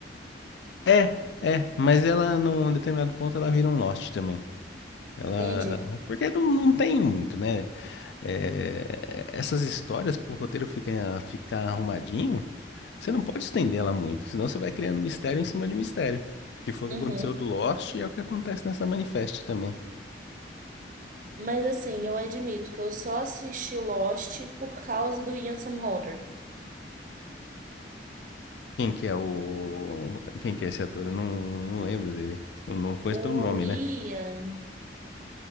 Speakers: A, on the left; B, on the right.
A: É, é, mas ela, num determinado ponto, ela vira um Lost também. Ela.
B: Entendi.
A: Porque não, não tem muito, né? É, essas histórias, pro roteiro ficar ficar arrumadinho, você não pode estender ela muito, senão você vai criando mistério em cima de mistério. Que foi o
B: Uhum.
A: que aconteceu do Lost e é o que acontece nessa Manifest também.
B: Mas assim, eu admito que eu só assisti Lost por causa do Ian Somerhalder.
A: Quem que é o. Quem que é esse ator? Eu não, não lembro dele. Eu não conheço
B: O
A: pelo nome,
B: Ian
A: né?